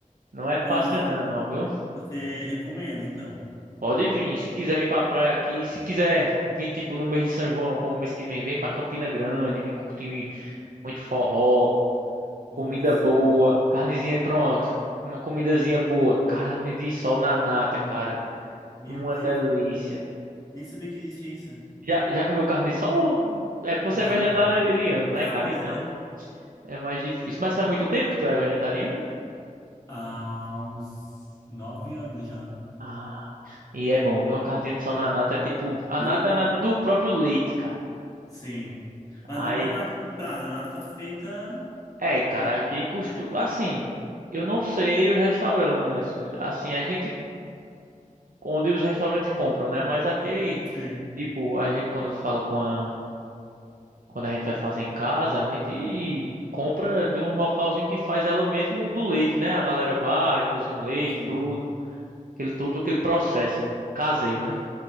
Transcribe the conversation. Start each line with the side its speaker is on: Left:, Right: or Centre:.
Right: Não é fácil
Left: mas você,
Right: não, viu?
Left: você recomenda então.
Right: Pode vir, se quiser vir pra praia aqui, se quiser vir tipo no mês de São João, como mês que vem, vem pra Campina Grande, vem curtir muito forró,
Left: Nossa,
Right: Comida boa,
Left: que delícia.
Right: carnezinha, pronto. Uma comidazinha boa, carne de sol na nata, cara.
Left: Meu
Right: Uma
Left: Deus,
Right: delícia.
Left: nem sabia que existia isso.
Right: Já, já comeu carne de sol? É porque
Left: Não.
Right: você é vegetariano,
Left: É,
Right: né,
Left: não,
Right: cara?
Left: pois
Right: Então
Left: é.
Right: é mais difícil. Mas faz muito tempo que tu é vegetariano?
Left: Há uns nove anos já.
Right: Ah, e é bom, viu? Uma carninha de sol na nata é tipo. A
Left: <laughs>
Right: nata é a nata do próprio leite, cara.
Left: Sim. Mas
Right: Aí,
Left: não é nata comprada, é nata feita.
Right: é, cara,
Left: Ué,
Right: aqui costuma. Assim, eu não sei os restaurantes. Assim, a gente. Onde os restaurantes compram, né? Mas aqui.
Left: Sim,
Right: Tipo, a gente quando fala com a. Quando a gente vai fazer em casa, a gente compra de um localzinho que faz ela mesmo do leite, né? A galera vai, cozinha o leite,
Left: sim,
Right: tudo. Aquele, todo aquele processo caseiro, né?